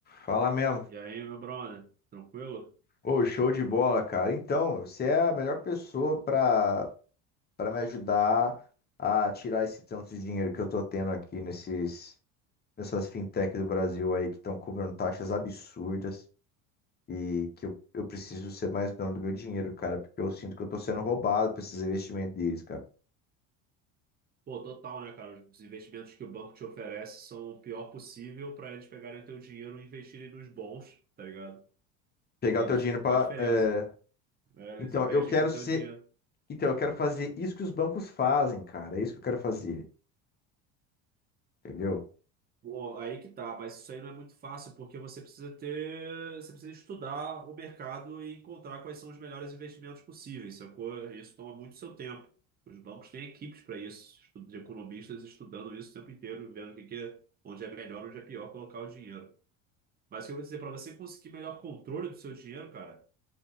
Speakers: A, on the left; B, on the right.
A: Fala mesmo.
B: E aí, meu brother, tranquilo?
A: Ô, show de bola, cara. Então, você é a melhor pessoa pra para me ajudar a tirar esse tanto de dinheiro que eu tô tendo aqui nesses nessas fintech do Brasil aí que estão cobrando taxas absurdas e que eu, eu preciso ser mais dono do meu dinheiro, cara, porque eu sinto que eu tô sendo roubado por esses investimentos deles, cara.
B: Pô, total, né, cara? Os investimentos que o banco te oferece são o pior possível para eles pegarem o teu dinheiro e investirem nos bons, tá ligado?
A: Pegar
B: E eles
A: o teu dinheiro
B: ficam
A: pra.
B: com a diferença,
A: é,
B: né? Eles
A: Então,
B: investem
A: eu quero
B: com o
A: ser.
B: teu dinheiro.
A: Então, eu quero fazer isso que os bancos fazem, cara. É isso que eu quero fazer, entendeu?
B: Pô, aí que tá, mas isso aí não é muito fácil porque você precisa ter, você precisa estudar o mercado e encontrar quais são os melhores investimentos possíveis, sacou? Isso toma muito seu tempo. Os bancos têm equipes para isso, estu- de economistas estudando isso o tempo inteiro, vendo o que que é, onde é melhor, onde é pior colocar o dinheiro. Mas o que eu vou dizer, para você conseguir melhor controle do seu dinheiro, cara,